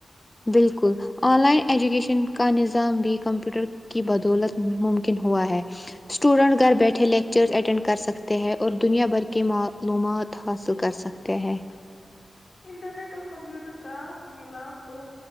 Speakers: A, on the left; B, on the left.
A: بالکل آن لائن ایجوکیشن کا نظام بھی کمپیوٹر کی بدولت ممکن ہوا ہے اسٹوڈنٹ گھر بیٹھے لیکچرز اٹینڈ کر سکتے ہیں اور دنیا بھر کی معلومات حاصل کر سکتے ہیں
B: انٹرنیٹ اور کمپیوٹر کا ملاپ تو